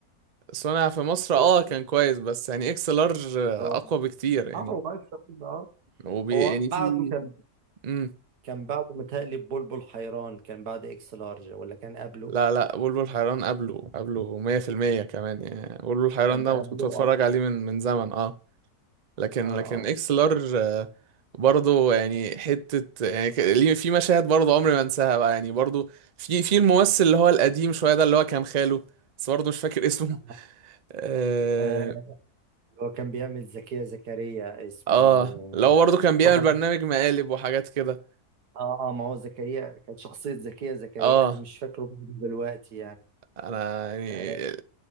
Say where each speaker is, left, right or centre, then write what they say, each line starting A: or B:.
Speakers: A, on the right; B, on the right.
A: صنع في مصر
B: شفته
A: اه كان كويس بس يعني اكس لارج اقوى
B: اللي هو
A: بكتير يعني
B: اه هو عايش في مصر، اه
A: وبي
B: هو
A: يعني
B: بعده
A: في
B: كان
A: امم
B: كان بعده متهيألي بلبل حيران كان بعد اكس لارج ولا كان قبله
A: لا لا بلبل حيران قبله قبله 100% كمان يعني بلبل حيران
B: كان
A: ده
B: قبله
A: كنت بتفرج
B: اه
A: عليه من من زمن اه لكن
B: اه
A: لكن اكس لارج آه، برضه يعني حتة يعني ك- ليه- في مشاهد برضه عمري ما انساها بقى يعني برضه في في الممثل اللي هو القديم شوية ده اللي هو كان خاله بس برضه مش فاكر اسمه
B: آه.
A: <laughs> اه
B: آه، هو كان بيعمل زكية زكريا اسمه
A: آه، اللي هو برضه كان
B: مصطفى
A: بيعمل برنامج مقالب وحاجات كده
B: اه اه ما هو زكريا كانت شخصية زكية زكريا
A: اه
B: انا مش فاكره برضه دلوقتي يعني
A: انا يعني
B: آه.